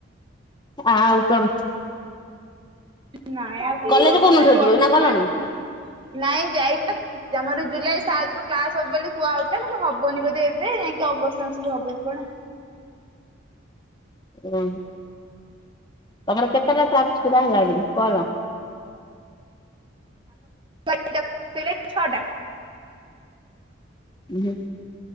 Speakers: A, on the left (about 20°); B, on the right (about 25°).
A: ଆଉ କଣ।
B: ନାଇଁ ଆଉ କଣ
A: କଲେଜ
B: କୁହ
A: କୋଉଦିନଠାରୁ
B: ତମେ କୁହ
A: ଯିବ କି ନା ଗଲଣି?
B: ନାଇଁ ଯାଇନୁ। ଆମର ଜୁଲାଇ ସାତ ରୁ କ୍ଲାସ ହବ ବୋଲି କୁହାହଉଥିଲା କିନ୍ତୁ ହବନି ବୋଧେ ଏବେ ଯାଇକି ଅଗଷ୍ଟ ମାସକୁ ହବକି କଣ।
A: ଓହୋ ତମର କେତେଟା ଟାସ୍କ ପୁରା ହେଲାଣି କଲ?
B: <unintelligible> ଛଅ ଟା।
A: ହୁଁ।